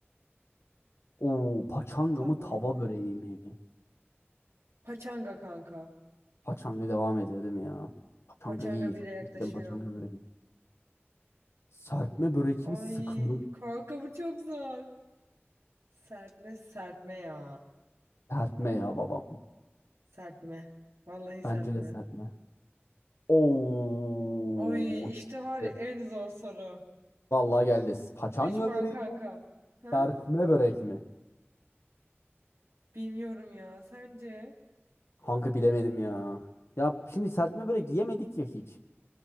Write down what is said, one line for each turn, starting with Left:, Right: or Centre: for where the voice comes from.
Left: Oo, paçanga
Right: Tamam
Left: mı, tava
Right: mı?
Left: böreği mi?
Right: Paçanga kanka.
Left: Paçanga devam ediyor değil mi ya? Paçanga
Right: Paçanga
Left: iyi.
Right: bire
Left: Çok
Right: yaklaşıyor.
Left: severim paçanga böreği. Serpme börek
Right: Ay
Left: mi, sıkma?
Right: kanka bu çok zor. Serpme serpme ya.
Left: Serpme ya babam.
Right: Serpme. Vallahi serpme.
Left: Bence de serpme. Oo.
Right: Ay işte var
Left: Geldi.
Right: ya en zor soru.
Left: Vallahi geldi. Paçanga
Right: Which one
Left: böreği
Right: kanka?
Left: mi?
Right: Ha?
Left: Serpme börek mi?
Right: Bilmiyorum ya. Sence?
Left: Kanka bilemedim ya. Ya şimdi serpme börek yemedik ya hiç.